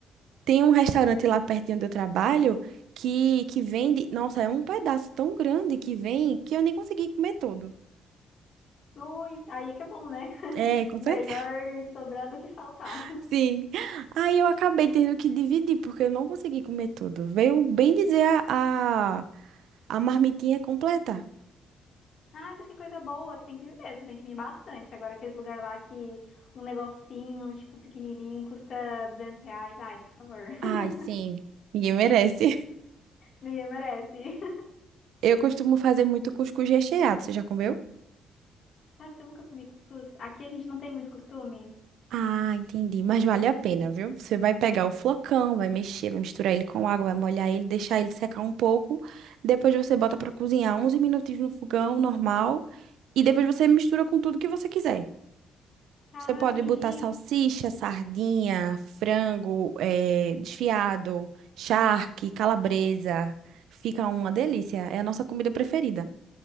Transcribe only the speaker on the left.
Ui, aí que é bom, né? <laughs>
Melhor
sobrar do que faltar.
Ah, mas que coisa boa. Tem que vir mesmo, tem que vir bastante. Agora aqueles lugares lá que um negocinho, tipo, pequenininho, custa 200 reais. Ai, por favor. <laughs>
Ninguém merece. <laughs>
Sabe que eu nunca comi cuscuz? Aqui a gente não tem muito costume.
Eu-
Ah,
entendi.